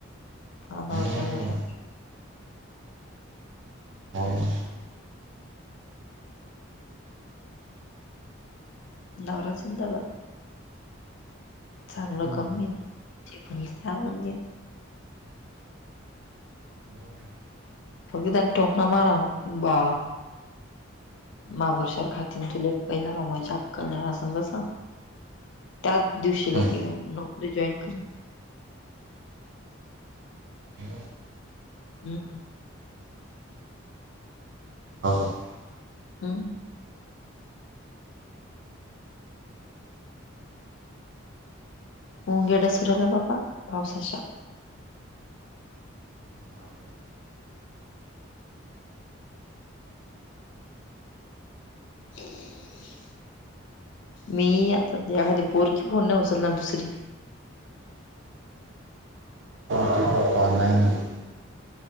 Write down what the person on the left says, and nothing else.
आना
उर्च्या भाषा <unintelligible>
नवरा जिंदाबाद <unintelligible> चांगलं
कमी जे भरले ते आवून देईन
मगि त्यांनी टोपणा मारा किं बा महाबुरशवर खातीन तुला एक पैसा कमावायची अक्कल असन तसं त्याच दिवशीला
की नोकरी जॉईन करेन
हम <unintelligible>
हम् <unintelligible> मुंगेड सुर आला बाबा पावसाच्या
हम् <unintelligible> मी आता त्याखादी पोरगी फोन नाही उचलणार दुसरी